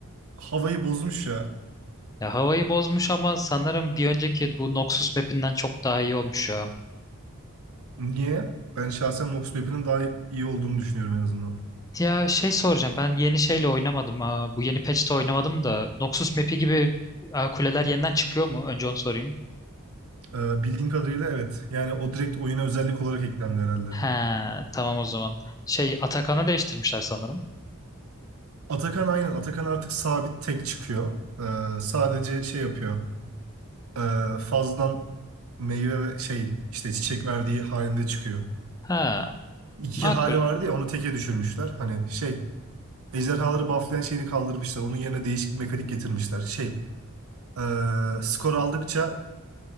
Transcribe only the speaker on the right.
havayı bozmuş ya.
Niye? Ben şahsen Nox Map'inin daha iyi olduğunu düşünüyorum en azından.
Ee, bildiğim kadarıyla evet. Yani o direkt oyuna özellik olarak eklendi herhalde.
Atakan aynen. Atakan artık sabit tek çıkıyor. Ee, sadece şey yapıyor. Ee, fazladan meyve ve şey işte çiçek verdiği halinde çıkıyor.
iki
hali vardı ya onu teke düşürmüşler. Hani şey ejderhaları bufflayan şeyini kaldırmışlar. Onun yerine değişik bir mekanik getirmişler. Şey eee, skor aldıkça